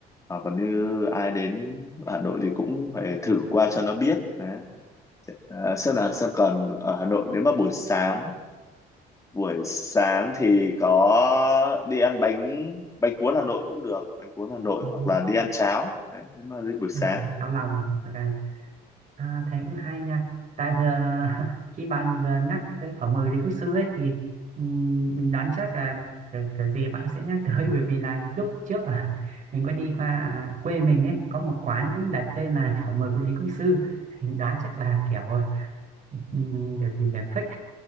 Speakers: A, on the left (about 20°); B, on the right (about 50°).
A: hoặc còn như ai đến Hà Nội thì cũng phải thử qua cho nó biết đấy Ờ, xem nào xem còn ở Hà Nội nếu mà buổi sáng buổi sáng thì có đi ăn bánh bánh cuốn Hà Nội cũng được bánh cuốn Hà Nội
B: ừ,
A: hoặc
B: ừ,
A: là đi ăn cháo đấy nếu mà đến buổi sáng
B: ăn cháo lòng hoặc là À, thế cũng hay nha. Tại vừa <laughs> khi bạn vừa nhắc tới phở mười Lý Quốc Sư ấy thì ừm, mình đoán chắc là kiểu, kiểu gì bạn sẽ nhắc tới <laughs> bởi vì là lúc trước ở mình có đi qua à, quê mình ấy có một quán cũng đặt tên là <laughs> phở mười Lý Quốc Sư. Mình đoán chắc là kiểu um, kiểu gì nhỉ fake